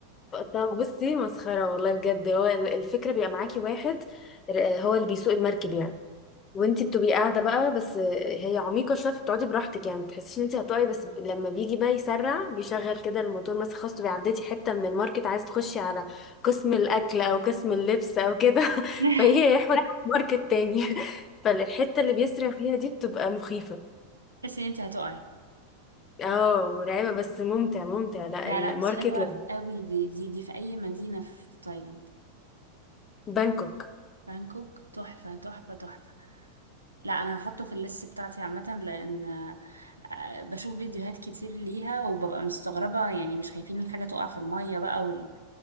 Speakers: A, on the left; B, on the right.
A: طب بصي مسخرة والله بجد هو ال- الفكرة بيبقى معاكي واحد ر- هو اللي بيسوق المركب يعني وانتي بتبقي قاعده بقى بس هي عميقه شويه فبتقعدي براحتك يعني ما بتحسيش ان انتي هتقعي بس لما بيجي بقى يسرع بيشغل كده الموتور مثلا خلاص تبقي عديتي حته من الماركت عايزه تخشي على قسم الاكل او قسم اللبس او كده <laughs>
B: <laughs>
A: فهي يحوت ماركت تاني <laughs> فالحته اللي بيسرع فيها دي بتبقى مخيفه
B: تحس ان انت هتقعي
A: اه مرعبه بس ممتع ممتع لا
B: لا
A: الماركت
B: لا بس حلوة
A: لذ-
B: قوي دي دي دي في اي مدينة في تايلاند
A: بانكوك
B: بانكوك تحفة تحفة تحفة لا انا هحطه في الليست بتاعتي عامة لان آه، بشوف فيديوهات كتير ليها وببقى مستغربة يعني مش خايفين الحاجة تقع في المية بقى وال...